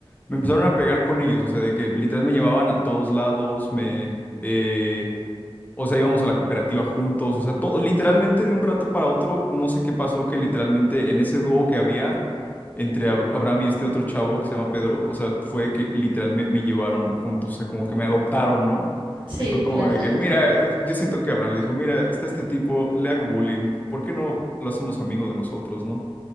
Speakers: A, on the left; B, on the right.
A: me empezaron a pegar con ellos, o sea, de que literal me llevaban a todos lados, me, eh, o sea, íbamos a la cooperativa juntos, o sea, todo, literalmente de un rato para otro, no sé qué pasó, que literalmente en ese dúo que había entre Ab- Abraham y este otro chavo que se llama Pedro, o sea, fue que literal me, me llevaron juntos, o sea, como que me adoptaron, ¿no?
B: Sí,
A: Y fue como
B: claro.
A: de
B: <laughs>
A: que, mira, eh, yo siento que Abraham le dijo, mira, está este tipo, le hago bullying, ¿por qué no lo hacemos amigo de nosotros, ¿no?